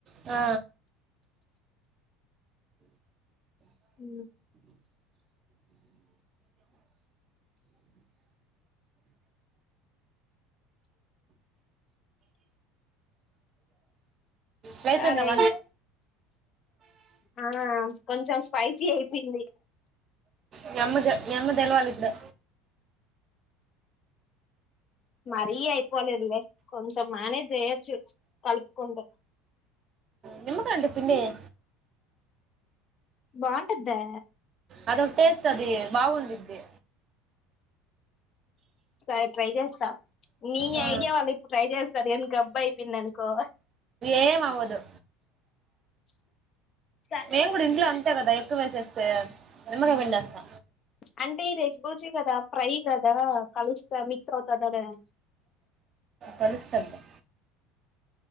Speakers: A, on the right (about 35°); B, on the left (about 40°).
A: ఆ
B: ఉ
A: లే
B: సరే
A: <unintelligible>
B: అయితే ఆ కొంచెం స్పైసీ అయిపోయింది
A: మీ అమ్మ జ మీ అమ్మ తెలవాల ఇప్పుడు
B: మరీ అయిపోలేదు లే కొంచం మేనేజ్ చేయొచ్చు కలుపుకుంటే
A: నిమ్మకాయ ఉంటే పిండేయ్
B: బాగుంటదా
A: అదొక టేస్ట్ అది బాగుండిద్ది
B: సరే ట్రై చేస్తా నీ
A: ఆ,
B: ఐడియా వాళ్ళు ఇప్పుడు ట్రై చేస్తారు గబ్బు అయిపోయింది అనుకో
A: ఏం అవ్వదు
B: సరే
A: మేము కూడా ఇంట్లో అంతే కదా ఎక్కువ సె నిమ్మకాయ పిండేస్తా
B: అంటే ఇది బూర్జి కదా ప్రై గ దా కలుస్తా మిక్స్ అవుతాదో లేదో అని
A: కలుస్తుంది